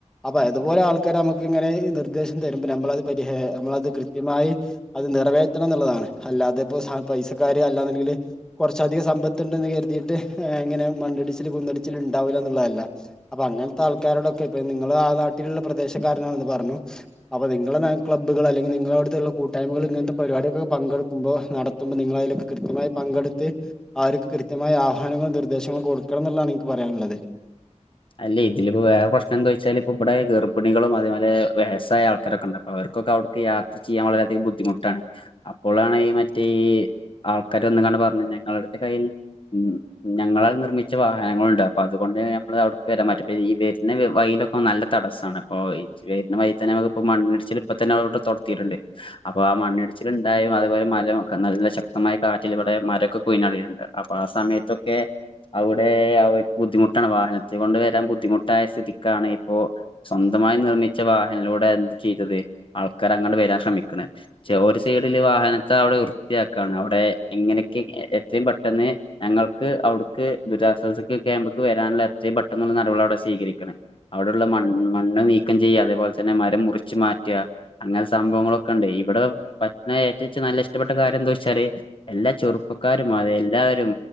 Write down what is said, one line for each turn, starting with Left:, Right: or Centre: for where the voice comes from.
Centre: അപ്പൊ അതുപോലെ ആൾക്കാര് നമകിങ്ങനെ നിർദ്ദേശം തരുമ്പോ നമ്മളത് പരിഹെ നമ്മളത് ക് കൃത്യമായി അത് നിറവേറ്റണം ന്ന്ള്ളതാണ് അല്ലാതെ ഇപ്പോ പൈസക്കാര് അല്ലാന്ന്ണ്ടെങ്കില് കൊർച്ചധികം സമ്പത്ത് ണ്ടെന്ന് കരുതീട്ട് ഇങ്ങനെ മണ്ണിടിച്ചില് കുന്ന്ടിച്ചില് ണ്ടാവൂലാ ന്ന്ള്ളല്ല. അപ്പൊ അങ്ങൻത്തെ ആൾക്കാരോടൊക്കെ ഇപ്പ നിങ്ങള് ആ നാട്ടിലുള്ള പ്രദേശക്കാരനാണെന്ന് പർഞ്ഞു അപ്പൊ നിങ്ങള ന ക്ബ്ബുകള് അല്ലെങ്കി നിങ്ങളോട് ത്ള്ള കൂട്ടായ്മകൾ ഇങ്ങൻത്തെ പരിപാടികൊക്കെ പങ്കെടുക്കുമ്പോ നടത്തുമ്പോ നിങ്ങള് അയ്ലൊക്കെ കൃത്യമായി പങ്കെടുത്ത് അവർക്ക് കൃത്യമായ ആഹാരങ്ങളും നിർദ്ദേശങ്ങളും കൊടുക്കണം ന്ന്ള്ളണ് ഇൻക്ക് പറയാന്ള്ളത്.
Left: അല്ലെ ഇതില് ഇപ്പോ വേറെ പ്രശ്നം എന്തയ്യ്ച്ചാല് ഇപ്പോ ഇവടെ ഗർഭിണികളും അതേ പേലേ വേസായ ആ കരക്കണ്ട് അപ്പൊ അവര്ക്കൊക്കെ അവ്ട്ക്ക് യാത്ര ചെയ്യാൻ വളരെധികം ബുദ്ധിമുട്ടാണ്. അപ്പോളാണ് ഈ മറ്റേ ഈ ആൾക്കാര് വന്ന്ങ്ങാണ്ട് പർഞ്ഞു ഞങ്ങളട്ത്ത് കയ്യിൽ ഉം ഞങ്ങളാൽ നിർമ്മിച്ച വാഹനങ്ങളുണ്ട് അപ്പൊ അതുകൊണ്ട് ഞമ്മൾ അവിട് വരാൻ <unintelligible> വെര്ണ വഴിയിൽ നല്ല തടസ്സാണ് അപ്പൊ ഈ വരുന്ന വയീ തന്നെ ഞമ്മക്ക് ഇപ്പ മണ്ണടിച്ചില് ഇപ്പ തന്ന അവിടെ തൊട്തീട്ടുണ്ട് അപ്പൊ ആ മണ്ണിടിച്ചിൽ ഇണ്ടായും അതുപോലെ മലയൊക്കെ നല്ല ശക്തമായ കാ ഇവിടെ മരക്കെ പവീണിട്ടുണ്ട് അപ്പൊ ആ സമയത്തൊക്കെ അവ്ടെ അവർക്ക് ബുദ്ധിമുട്ടാണ് വാഹനത്തി കൊണ്ട് വരാൻ ബുദ്ധിമുട്ടായ സ്ഥിതിക്കാണ് ഇപ്പോ സ്വന്തമായി നിർമ്മിച്ച വാഹനിൽലൂടെ അത് ചെയ്തത് ആൾക്കർ അങ്ങണ്ട് വരാൻ ശ്രമിക്ക്ണ്‌ <unintelligible> ഒരു സൈഡില് വാഹനത്തെ അവിടെ വൃത്തിയാക്കാണ് അവ്ടെ എങ്ങനെയൊക്കെ എത്രയും പെട്ടെന്ന് ഞങ്ങൾക്ക് അവ്ട്ക്ക് ദുരിശ്വാസ ക്യാമ്പിക്ക് വെരാനുള്ള എത്രയും പെട്ടെന്നൊന്ന് നടപട <unintelligible> സ്വീകരിക്കണം അവിടെള്ള മൺ മണ്ണ് നീക്കം ചെയ്യ അതേപോലെ തന്നെ മരം മുറി ച്ച് മാറ്റ അങ്ങനെ സംഭവങ്ങളൊക്കെണ്ടെ ഇവിടെ പറ്റ ഏറ്റവും നല്ല ഇഷ്ടപ്പെട്ട കാര്യം എന്തേച്ചാല് എല്ലാ ചെറുപ്പക്കാരും അതെ എല്ലാരും